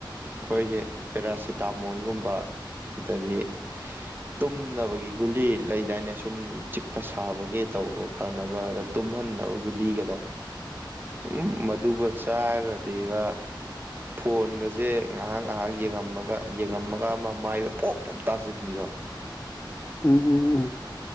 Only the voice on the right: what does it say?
ꯈꯣꯏꯒꯤ ꯄꯦꯔꯥꯁꯤꯠ ꯇꯥꯃꯣꯜ ꯒꯨꯝꯕ ꯑꯗꯒꯤ ꯇꯨꯝꯅꯕꯒꯤ ꯒꯨꯂꯤ ꯂꯩꯗꯥꯏꯅ ꯁꯨꯝ ꯆꯤꯛꯄ ꯁꯥꯕꯒꯤ ꯇꯧꯕ ꯐꯅꯕꯅ ꯇꯨꯝꯍꯟꯅꯕ ꯒꯨꯂꯤꯒꯗꯣ ꯎꯝ ꯃꯗꯨꯒ ꯆꯥꯔꯒꯗꯤꯕ ꯐꯣꯟꯒꯁꯦ ꯉꯥꯏꯍꯥꯛ ꯉꯥꯏꯍꯥꯛ ꯌꯦꯡꯉꯝꯃꯒ ꯌꯦꯡꯉꯝꯃꯒ ꯑꯃ ꯃꯥꯏꯗ ꯄꯣꯞ ꯄꯣꯞ ꯇꯥꯁꯤꯟꯕꯤꯗꯣ